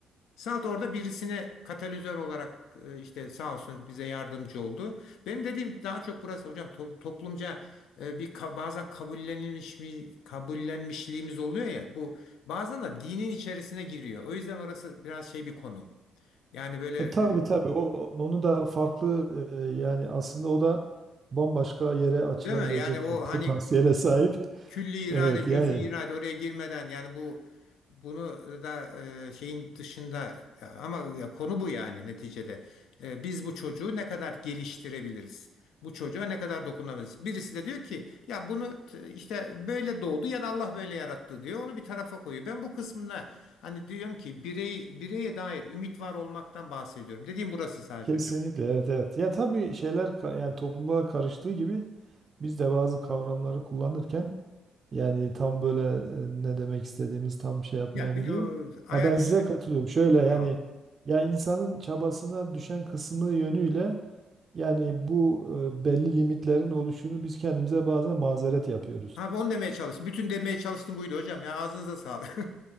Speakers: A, on the left; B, on the right.
A: Salt orada birisine katalizör olarak e, işte sağ olsun bize yardımcı oldu. Benim dediğim daha çok burası hocam to- toplumca e, bir ka- bazen kabullenilmiş mi- kabullenmişliğimiz oluyor ya bu bazen de dinin içerisine giriyor. O yüzden orası biraz şey bir konu. Yani böyle
B: e,
A: e,
B: tabii tabii o onu da farklı e, yani aslında o da bambaşka yere açılabilecek
A: değil mi? Yani o
B: bir <laughs> potansiyele
A: hani
B: sahip.
A: Külli irade,
B: Evet
A: cüz'i
B: yani
A: irade oraya girmeden yani bu bunu da e, şeyin dışında ya ama ya konu bu yani neticede. E, biz bu çocuğu ne kadar geliştirebiliriz? Bu çocuğa ne kadar dokunabiliriz? Birisi de diyor ki ya bunu t- işte böyle doğdu ya da Allah böyle yarattı diyor. Onu bir tarafa koyuyor. Ben bu kısmına hani diyorum ki birey bireye dair ümit var olmaktan bahsediyorum. Dediğim burası sadece
B: Kesinlikle
A: hocam.
B: evet evet. Ya tabii şeyler ka- yani topluma karıştığı gibi biz de bazı kavramları kullanırken yani tam böyle e, ne demek istediğimiz tam şey yapmayabiliyor.
A: Ya bir, e, ayaküstü
B: Ya ben size katılıyorum.
A: bir-
B: Şöyle yani
A: tamam.
B: ya insanın çabasına düşen kısmı yönüyle yani bu e, belli limitlerin oluşunu biz kendimize bazen mazeret yapıyoruz.
A: Abi onu demeye çalıştım. Bütün demeye çalıştım buydu hocam. Ya ağzınıza sağlık.